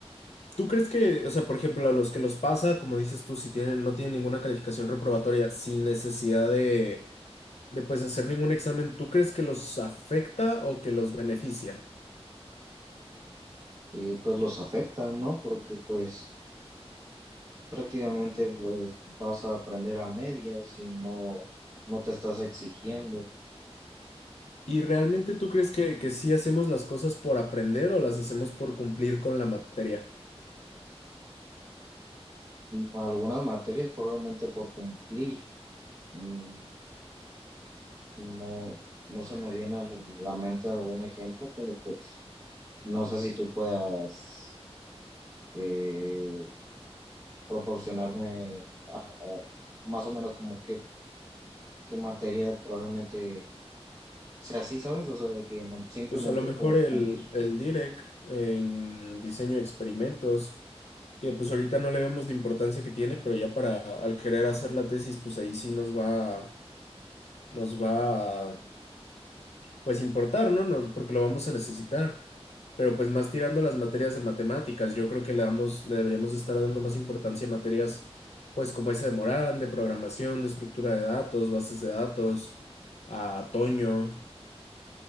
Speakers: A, on the left (about 85°); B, on the right (about 30°).
A: tú crees que, o sea, por ejemplo, a los que los pasa, como dices tú, si tienen, no tienen ninguna calificación reprobatoria, sin necesidad de, de pues hacer ningún examen, ¿tú crees que los afecta o que los beneficia?
B: y pues los afecta, ¿no? Porque pues prácticamente pues vas a aprender a medias y no, no te estás exigiendo.
A: ¿Y realmente tú crees que, que sí hacemos las cosas por aprender o las hacemos por cumplir con la materia?
B: Algunas materias probablemente por cumplir, mm, no, no se me viene a la mente algún ejemplo, pero pues no sé si tú puedas eh, proporcionarme ah, ah, más o menos como qué, qué materia probablemente O sea, sí, ¿sabes? O sea, de que no, simplemente
A: Pues a lo mejor
B: por
A: el,
B: cumplir.
A: el DIREC en diseño de experimentos, que pues ahorita no le vemos la importancia que tiene, pero ya para al querer hacer la tesis, pues ahí sí nos va, nos va a, pues importar, ¿no? No, Porque lo vamos a necesitar. Pero pues más tirando a las materias de matemáticas, yo creo que le damos, le deberíamos estar dando más importancia a materias, pues como esa de Morán, de programación, de estructura de datos, bases de datos, a Toño,